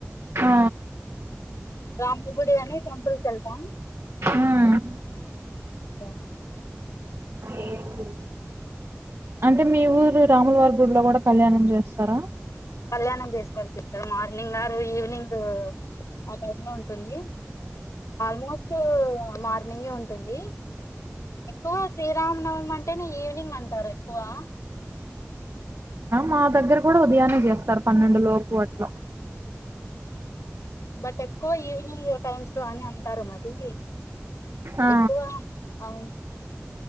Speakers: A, on the right; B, on the left.
A: ఆ
B: రామ్ గుడి అని టెంపుల్కి వెళ్తాం
A: ఉమ్
B: ఆ
A: ఏ అ అంటే మీ ఊరు రాములవారి గుడ్లో గూడా కళ్యాణం చేస్తారా
B: కళ్యాణం చేసుకనిపిస్తారు మార్నింగ్ నారు ఈవినింగ్ ఆ టైంలో ఉంటుంది ఆల్మోస్ట్ మార్ ఈవెనింగే ఉంటుంది. ఎక్కువ శ్రీరామనవమి అంటేనే ఈవినింగ్ అంటారు ఎక్కువా
A: మా దగ్గర కూడా ఉదయాన్నే చేస్తారు పన్నెండు లోపు అట్ల
B: బట్ ఎక్కువ ఈవినింగ్ టైమ్స్ అని అంటారు మరీ
A: ఆ
B: ఎక్కువ అవును